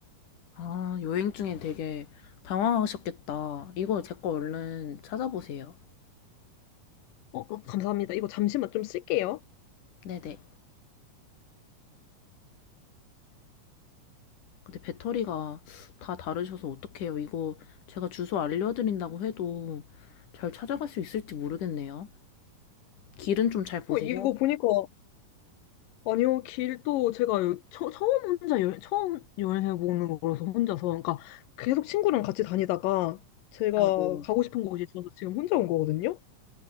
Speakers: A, on the left (about 70°); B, on the left (about 85°).
A: 아, 여행 중에 되게 당황하셨겠다. 이거 제 거 얼른 찾아보세요.
B: 어, 감사합니다. 이거 잠시만 좀 쓸게요.
A: 네네. 근데 배터리가 다 다르셔서 어떡해요. 이거 제가 주소 알려드린다고 해도 잘 찾아갈 수 있을지 모르겠네요. 길은 좀 잘 보세요?
B: 어, 이거 보니까, 아니요, 길도 제가 요- 처, 처음 혼자 여행, 처음 여행해보는 거라서 혼자서. 그러니까 계속 친구랑 같이 다니다가 제가
A: 아이고,
B: 가고 싶은 곳이 있어서 지금 혼자 온 거거든요?